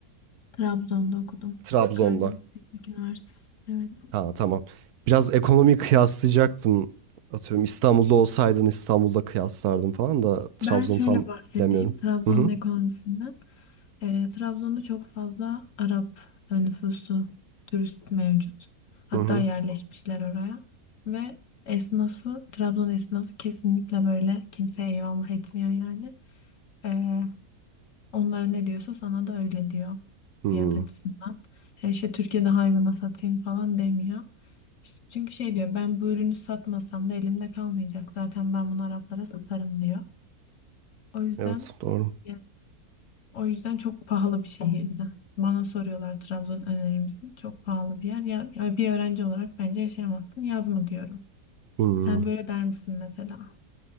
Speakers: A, on the left (about 60°); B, on the right (about 80°).
A: Trabzon'da okudum.
B: Trabzon'da.
A: Karadeniz Teknik Üniversitesi. Evet.
B: Ha tamam. Biraz ekonomiyi kıyaslayacaktım. Atıyorum İstanbul'da olsaydın İstanbul'da kıyaslardım falan da Trabzon'u
A: Ben şöyle
B: tam
A: bahsedeyim
B: bilemiyorum.
A: Trabzon'un
B: Hı hı.
A: ekonomisinden. Eee, Trabzon'da çok fazla Arap nüfusu, turist mevcut. Hatta
B: Hı hı.
A: yerleşmişler oraya. Ve esnafı, Trabzon esnafı kesinlikle böyle kimseye eyvallah etmiyor yani. Ee, Onlara ne diyorsa sana da öyle diyor
B: hı.
A: fiyat açısından. Yani işte Türkiye'de uyguna satayım falan demiyor. İşte çünkü şey diyor ben bu ürünü satmasam da elimde kalmayacak. Zaten ben bunu Araplara satarım diyor. O yüzden
B: Evet doğru.
A: yani o yüzden çok pahalı bir şehirdi. Bana soruyorlar Trabzon önerir misin? Çok pahalı bir yer. Ya, ya bir öğrenci olarak bence yaşayamazsın. Yazma diyorum.
B: Hı.
A: Sen böyle der misin mesela?